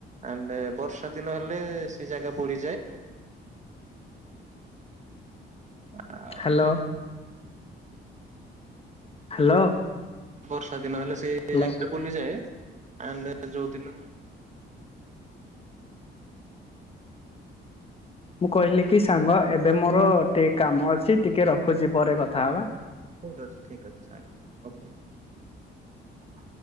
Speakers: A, on the right (about 35°); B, on the left (about 30°).
A: ଆଣ୍ଡ ବର୍ଷା ଦିନ ହେଲେ ସେ ଜାଗା ବୁଡିଯାଏ। ଆ
B: ହ୍ୟାଲୋ ହ୍ୟାଲୋ
A: ବର୍ଷା ଦିନ ହେଲେ ସେ
B: ହ୍ୟାଲୋ
A: ଜାଗଟା <unintelligible> ଆଣ୍ଡ ଯଉଦିନ
B: ମୁଁ କହିଲି କି ସାଙ୍ଗ ଏବେ ମୋର ଟିକେ କାମ ଅଛି ଟିକେ ରଖୁଛି ପରେ କଥା ହବା।
A: ଠିକ ଅଛି ଠିକ ଅଛି ସାଙ୍ଗ ଓକେ।